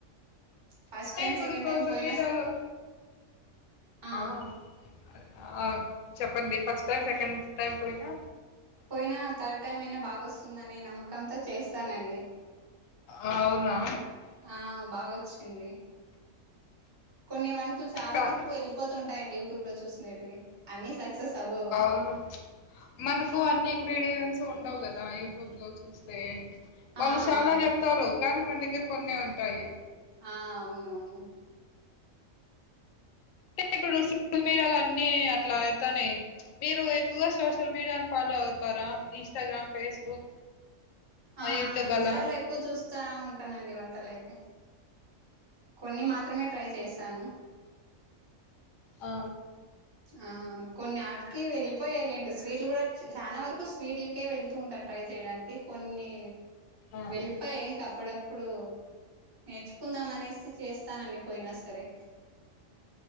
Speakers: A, on the right (about 20°); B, on the left (about 75°).
A: ఫస్ట్
B: అంటే
A: టైం
B: ఇప్పుడు
A: సెకండ్
B: సోషల్
A: టైం పోయినా
B: మీడియాలో
A: ఆ
B: ఆ చెప్పండి ఫస్ట్ టైం సెకండ్ టైమ్ పోయినా
A: పోయినా థర్డ్ టైమ్ అయినా బాగొస్తుందనే నమ్మకంతో చేస్తానండి
B: ఆ అవునా
A: ఆ బాగొచ్చింది కొన్ని వంటలు చాలా
B: కా
A: వరకు వెళి పోతంటాయియండి యూట్యూబ్ లో చూసిననేటివి అన్ని సక్సెస్ అవ్వవు
B: ఓహో <unintelligible> మనకు అన్ని ఇంగ్రీడియంట్స్ ఉండవు కదా యూట్యూబ్ లో చూస్తే
A: ఆ
B: వాళ్ళు చాలా
A: ఆ
B: చెప్తారు కానీ మన దగ్గర కొన్నే ఉంటాయి
A: ఆ అవునవును
B: అంటే ఇప్పుడు <unintelligible> సల్ మీరలు అన్నీ అట్లా అయితానే చ్ మీరు ఎక్కువగా సోషల్ మీడియాని ఫాలో అవుతారా ఇన్స్టాగ్రామ్ ఫేస్బుక్
A: ఆ
B: యూట్యూబ్
A: ఆ ఇన్స్టాలో
B: అలా
A: ఎక్కువ చూస్తా ఉంటానండి వంటలుయితే కొన్ని మాత్రమే ట్రై చేశాను
B: ఆ
A: ఆ కొన్ని ఆటికి వెళ్లిపోయాయిలెండి స్వీట్లు కూడా చానా వరకు ఎక్కువ స్వీట్లకే వెళుతూ ఉంటానికి ట్రై చేయడానికి కొన్ని
B: ఆ ఆ
A: అప్ప ఇంక అప్పుడప్పుడు నేర్చుకుందాం అనేసి చేస్తానండి పోయినా సరే